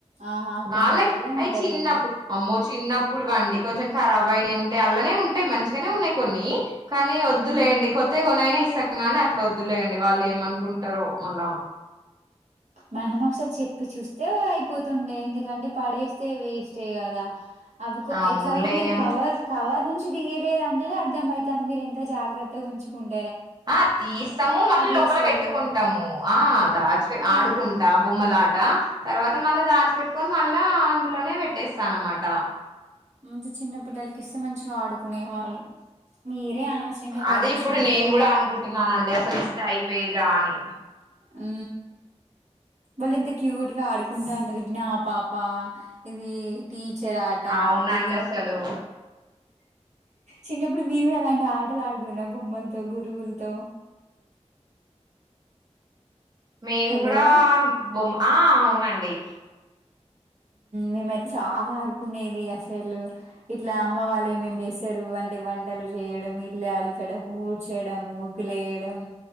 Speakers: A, on the right (about 80°); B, on the right (about 35°).
A: ఆహా! కొందరు
B: వాళ్ళకి
A: అట్లే
B: అయి
A: ఉంటారులేండి.
B: చిన్నప్పుడు అమ్మో చిన్నప్పుడుండి కొంచెం ఖరాబ్ అయినా ఉంట అల్లనే ఉంటాయి మంచిగానే ఉన్నాయి కొన్ని కానీ వద్దులేయంండి
A: హ్మ్.
B: కొత్తతే కొనయినా ఇస్తా గాని అట్లా వద్దులేయంండి వాళ్ళు ఏమనుకుంటారో మళ్ళా
A: మనం ఒకసారి చెప్పి చూస్తే అయిపోతుండే ఎందుకంటే పడేస్తే వేస్టే కదా అవి
B: అవునులే
A: ఎట్లాగ మీరు
B: అని
A: కవర్ కవర్ ని లియలేద అంటే అర్థమవుతుంది మీరు ఎంత జాగ్రత్తగా ఉంచుకుంట
B: ఆ తీస్తాము మళ్ళీ లోపల
A: చేస్తారు
B: పెట్టుకుంటాము ఆ దా
A: ఆ
B: ఆడుకుంటా బొమ్మలా తర్వాత మళ్ళా దాచిపెట్టుకొని మళ్ళా అందులోనే పెట్టేస్తాన అనమాట
A: అంత చిన్న పిల్లలకి ఇస్తే మంచిగా ఆడుకునే వాళ్ళు మీరే అనవసరంగా పడేసిల్లు
B: అదే ఇప్పుడు నేను కూడా అనుకుంటున్నానండి అసలు ఇస్తే అయిపోయేది రాణి
A: ఆ వాళ్ళు ఇంత క్యూట్ గా ఆడుకుంటా ఉంటారు ఇది నా పాప ఇది టీ చెరాట
B: అవునండి
A: ఇది
B: అసలు
A: చిన్నప్పుడు మీరు కూడా అలాంటి ఆటలు ఆడుకున్న బొమ్మలతో గురువులతో
B: మేము
A: హలో
B: కూడా బొమ్మ ఆ అవునండి
A: మేమైతే చాలా ఆడుకునేది అసలు ఇట్లా అమ్మ వాళ్ళేమేం చేసారు వంటి వంటలు చేయడం ఇల్లు అలగడం ఊడ్చడం ముగ్గులుయడం